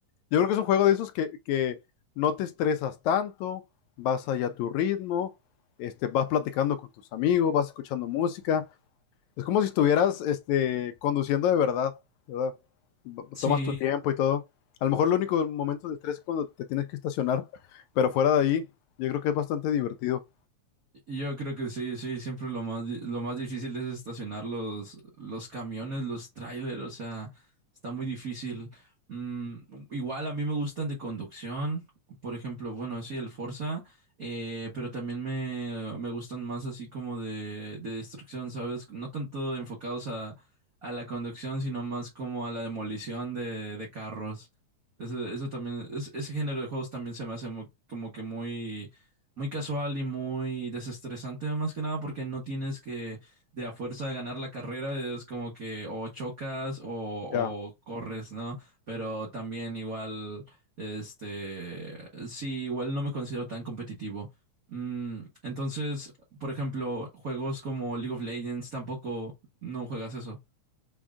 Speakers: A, on the left; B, on the right.
A: Yo creo que es un juego de esos que, que no te estresas tanto, vas allá a tu ritmo, este, vas platicando con tus amigos, vas escuchando música. Es como si estuvieras este, conduciendo de verdad, ¿verdad? B-
B: Sí.
A: Tomas tu tiempo y todo. A lo mejor el único momento de estrés es cuando te tienes que estacionar, pero fuera de ahí, yo creo que es bastante divertido.
B: Yo creo que sí, sí, siempre lo más, di- lo más difícil es estacionar los, los camiones, los trailers, o sea, está muy difícil. Mm, igual a mí me gustan de conducción, por ejemplo, bueno, sí, el Forza, eh, pero también me, me gustan más así como de, de destrucción, ¿sabes? No tanto enfocados a, a la conducción, sino más como a la demolición de, de carros. Eso, eso también, es- ese género de juegos también se me hace mu- como que muy muy casual y muy desestresante, más que nada, porque no tienes que de a fuerza ganar la carrera, es como que o chocas o, o
A: Ya.
B: corres, ¿no? Pero también igual, este, sí, igual no me considero tan competitivo. Mm, entonces, por ejemplo, juegos como League of Legends tampoco no juegas eso.